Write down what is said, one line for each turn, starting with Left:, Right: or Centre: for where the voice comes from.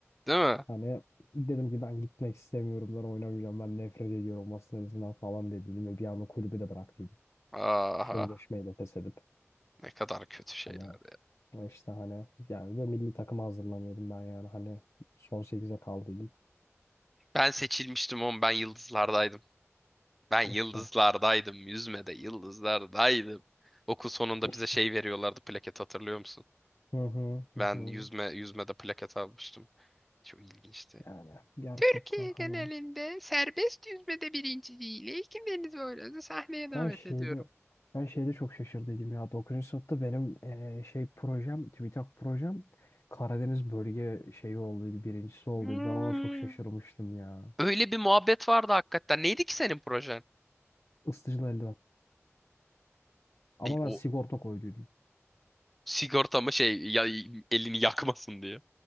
Centre: Değil mi?
Left: Hani dedim ki ben gitmek istemiyorum, ben oynamayacağım, ben nefret ediyorum masa tenisinden falan dediydim ve bir anda kulübü de bıraktıydım.
Centre: Aha
Left: Sözleşmeyi de feshedip
Centre: ne kadar kötü şeyler.
Left: hani işte hani yani ve milli takıma hazırlanıyordum ben yani hani son sekize kaldıydım.
Centre: Ben seçilmiştim oğlum ben yıldızlardaydım. Ben yıldızlardaydım.
Left: İşte
Centre: Yüzmede yıldızlardaydım. Okul sonunda
Left: işte.
Centre: bize şey veriyorlardı plaket hatırlıyor musun?
Left: Hı hı hı
Centre: Ben
Left: hı.
Centre: yüzme yüzmede plaket almıştım. Çok ilginçti.
Left: Yani gerçekten
Centre: Türkiye
Left: hani
Centre: genelinde serbest yüzmede birinciliğiyle ilkin deniz boylarını sahneye davet
Left: ben şeyde
Centre: ediyorum.
Left: ben şeyde çok şaşırdıydım ya 9. sınıfta benim eee, şey projem TÜBİTAK projem Karadeniz bölge şeyi olduydu birincisi olduydu
Centre: Hmm.
Left: ben ona çok şaşırmıştım ya.
Centre: Öyle bir muhabbet vardı hakikaten. Neydi ki senin projen?
Left: Isıtıcılı eldiven. Ama
Centre: E, o
Left: ben sigorta koyduydum.
Centre: sigorta mı şey ya, elini yakmasın diye.